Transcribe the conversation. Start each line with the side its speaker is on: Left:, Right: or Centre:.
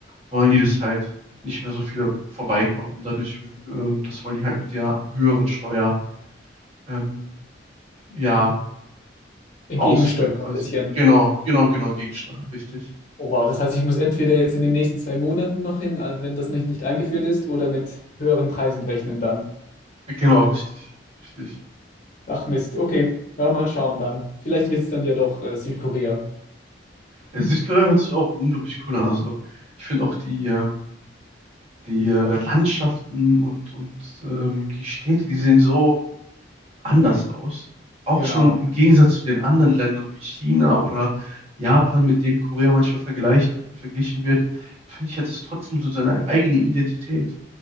Right: wollen die das halt nicht mehr so viele vorbeikommen. Und dadurch, ähm, das wollen die halt mit der höheren Steuer, ähm, ja,
Left: Gegensteuern
Right: ausführen quasi.
Left: ein bisschen.
Right: Genau, genau, genau, gegensteuern, richtig.
Left: Oh wow, das heißt, ich muss entweder jetzt in den nächsten zwei Monaten noch hin, äh, wenn das nicht, nicht eingeführt ist, oder mit höheren Preisen rechnen dann.
Right: Genau, richtig, richtig.
Left: Ach Mist, okay. Ja, mal schauen dann. Vielleicht wird es dann ja doch äh, Südkorea.
Right: Ja, Südkorea hört sich auch unglaublich cool an. Also ich finde auch die, ähm, die äh, Landschaften und, und ähm, die Städte, die sehen so anders aus. Auch
Left: Genau.
Right: schon im Gegensatz zu den anderen Ländern wie China oder Japan, mit dem Korea manchmal vergleicht, verglichen wird, finde ich, hat es trotzdem so seine eigene Identität.